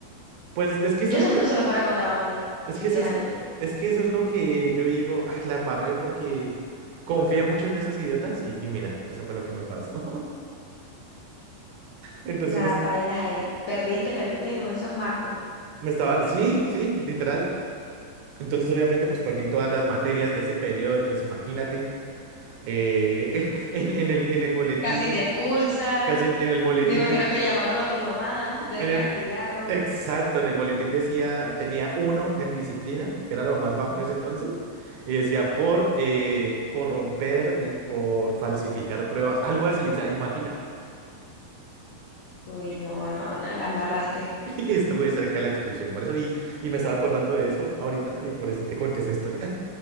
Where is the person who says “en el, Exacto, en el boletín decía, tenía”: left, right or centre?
Right